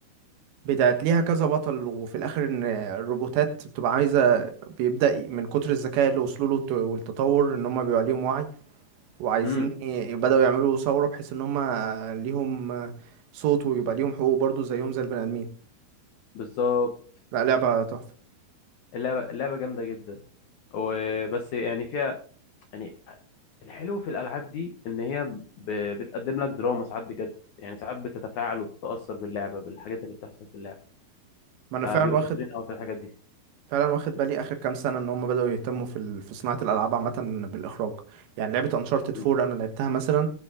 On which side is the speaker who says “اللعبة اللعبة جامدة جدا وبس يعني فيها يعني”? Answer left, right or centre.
Left